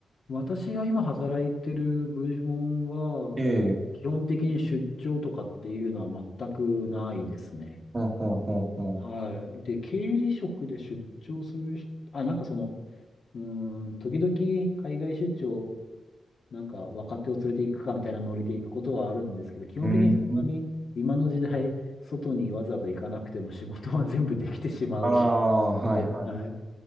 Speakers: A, on the left; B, on the right.
A: 私が今働いてる部門は、
B: ええ、
A: えー基本的に出張とかっていうのは全くないですね。
B: ほんほんほんほん。
A: はい。で、経理職で出張する人、あ、なんかその、うーん、時々海外出張、なんか若手を連れて行くかみたいなノリで行くことはあるんですけど、基本的にそんなに今の時代、
B: うん。
A: 外にわざわざ行かなくても仕事は全部できてしまうし、
B: ああ、はいは
A: ではい